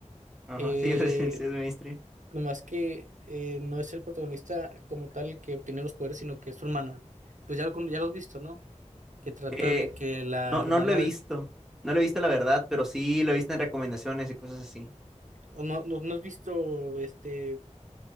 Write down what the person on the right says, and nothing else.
eh,
Nomás que eh, no es el protagonista como tal el que obtiene los poderes, sino que es su hermana. Pues ya lo, con- ya lo has visto, ¿no? Que trata
de que la
hermana
del...
o No, no, no has visto este